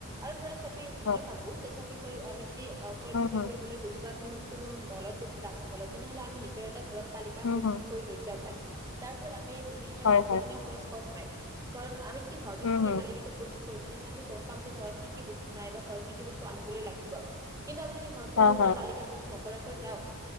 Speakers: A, on the right; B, on the left.
A: আৰু ধৰা শ্বপিং
B: হয়
A: মই ভাবোঁ যে শ্বপিং কৰি আমি যদি ক্ৰয়
B: উম
A: বিক্ৰয়
B: হুম
A: কৰিবলৈ গৈছোঁ বা কোনো কোনো মলত গৈছো ডাঙৰ মলত তেনেহলে আমি নিজৰ এটা ঘৰত তালিকা
B: উম
A: প্ৰস্তুত
B: হুম
A: কৰি লৈ যোৱা ভাল। তাৰ ফলত আমি বিভিন্ন ধৰণৰ
B: হয়
A: অপ্ৰয়োজনীয়
B: হয়
A: খৰচ কম হয় কাৰণ আমি যদি ঘৰতে
B: উম
A: থাকি
B: হুম
A: তালিকাটো প্ৰস্তুত কৰোঁ তেনেহলে আমি গম পাম যে ঘৰত কি কি বস্তু নাই বা ঘৰত কি কি বস্তু আনিবলৈ লাগিব। কিন্তু আমি যদি ঘৰত কোনো
B: হয়
A: ধৰণৰ
B: হয়
A: তালিকা প্ৰস্তুত নকৰাকৈ যাও